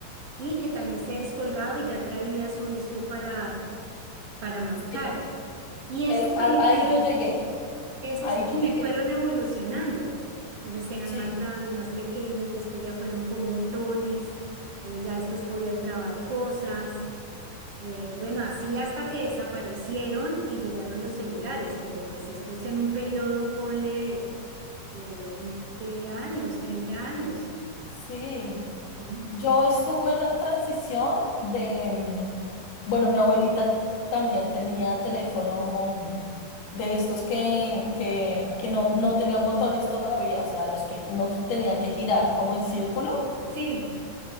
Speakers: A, on the right; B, on the left.
A: y que también se descolgaba y ya traía su disco para, para marcar.
B: Sí.
A: Y esos
B: Es,
A: también
B: a- ahí
A: fueron,
B: yo llegué,
A: esos
B: ahí
A: <laughs> también
B: yo llegué.
A: fueron evolucionando. Entonces eran
B: Sí,
A: más grandes, más pequeños, después ya fueron con botones, eh, ya después podías grabar cosas. Eh, bueno, así hasta que desaparecieron y llegaron los celulares, pero pues esto es en un periodo, ponle, de, de 20 años, 30 años.
B: sí.
A: ¿m?
B: Yo estuve en la transición de, mm, bueno, mi abuelita t- también tenía teléfono mm, de estos que, que, que no, no tenían botones todavía, o sea, los que uno gi- tenía que girar como en círculo.
A: Sí,